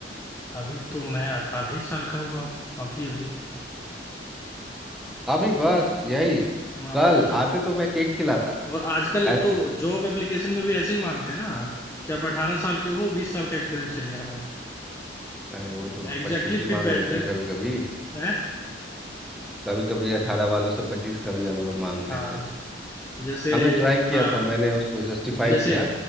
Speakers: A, on the left; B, in the centre.
A: अभी तो मैं अठारह ही साल का हुआ हूँ अभी अभी
B: अभी बस यही
A: हाँ
B: कल
A: और
B: आते तो मैं केक खिलाता
A: और आजकल
B: ऐसे
A: तो जॉब एप्लीकेशन में भी ऐसे ही मांगते हैं ना कि आप अठारह साल के हो बीस साल का एक्सपीरियंस चाहिए हमें
B: अरे वो
A: तो
B: तो
A: एग्जैक्टली
B: पच्चीस भी
A: फिट
B: मांग
A: बैठ
B: लेते
A: रहे
B: हैं कभी
A: ना
B: कभी
A: है
B: कभी कभी अठारह वालों से पच्चीस का भी अनुभव मांग
A: हाँ
B: लेते हैं
A: जैसे
B: हमने ट्राई किया
A: आप
B: था मैंने उसको जस्टिफाई
A: जैसे
B: किया